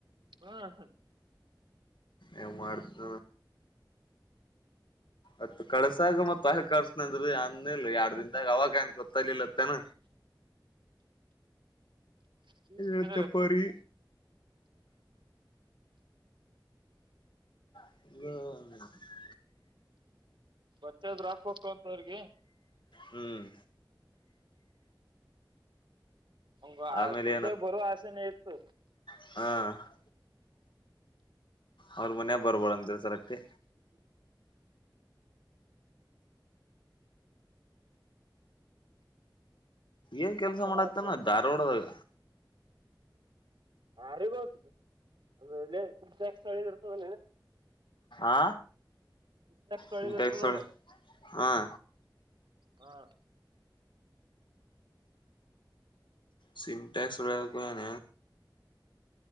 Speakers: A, on the right; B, on the left.
A: ಹಾ ಹಾ
B: ಯವು ಮಾಡ್ತ ಅತ್ ಕಳ್ಸಾಗ ಮತ್ ಆೆ ಕಳಸನಂದ್ರರು ಅಂದ ಇಲ್ ಎರಡ್
A: ಹ್ಮ
B: ದನ್ದಾಗ ಅವಾಗ ನ್ ಗೊತ್ತಲಿಲ್ಲತ್ತನ
A: ಹ್ಮ್ ಈಗ
B: ಇ ತ ಪರಿ ಹ್ಮ್
A: ಬತ್ತೆಾದ್ರರು ಹಾಕೋಬೇಕ ಅಂತ ಅವ್ರಿಗೆ
B: ಹ್ಮ್
A: ಮ
B: ಆಮೇಲೆ
A: ತುಳಸ ಬರುವ ಅಸೆನ ಇತ್ತು
B: ಹ್ಮ ಅವ್ರ ಮನ್ಯ ಬರ್ಬೋಡ ಅಂದ್ರೆ ಸರ್ಟ್ಟಿ
A: ಹ್ಮ್
B: ಏನ್ ಕೆಲ್ಸ
A: ನಾಕ
B: ಮಾಡತ್ತನ
A: ನೋಡಪ್ಪ
B: ಧಾರ್ವಾಡದಾಗ
A: ಆಾರಿಗೋತ ಅಳ ಇರ್ತದನ
B: ಆ
A: ಚ ಸಳ
B: ಸಿಂಟ್ಯಾಕ್ಸ್
A: ಜರ್ತಲ್ಲ
B: ಒಳಗ ಹಾ
A: ಹಾ
B: ಸಿಮಟೆ ಒನ